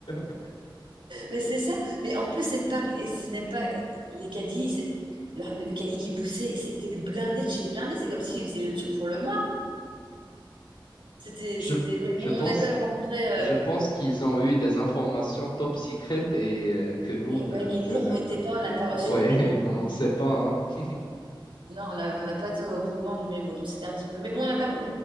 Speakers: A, on the left; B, on the right.
A: <laughs>
B: Mais c'est ça. Mais en plus, c'est même pas, et c'est même pas les caddies. c'est- leur- Le caddie qui poussait, c'était blindé de chez blindé. C'est comme s'ils faisaient le truc pour le mois. C'était,
A: Je,
B: c'était. Mais bon,
A: je pense.
B: on a quand même rencontré. euh,
A: Je pense qu'ils ont eu des informations top secrètes et euh, que nous,
B: Et,
A: ne,
B: ouais, et nous,
A: ne-
B: on
A: ne-
B: n'était pas, on n'a
A: ne-
B: pas
A: ne-
B: reçu
A: ouais,
B: le mémo, quoi.
A: <laughs> on ne sait pas. hein.
B: Non, on n'a on n'a pas été au courant du mémo, donc c'était un petit peu. Mais bon, on a quand même,